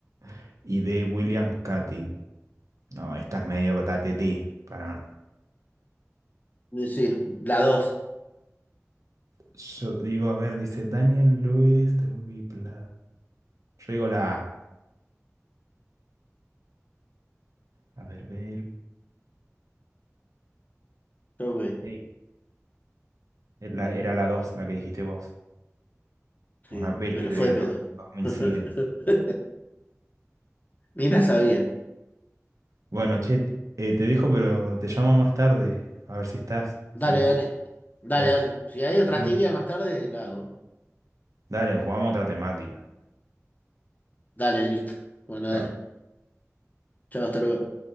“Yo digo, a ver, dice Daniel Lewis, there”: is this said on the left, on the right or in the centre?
Right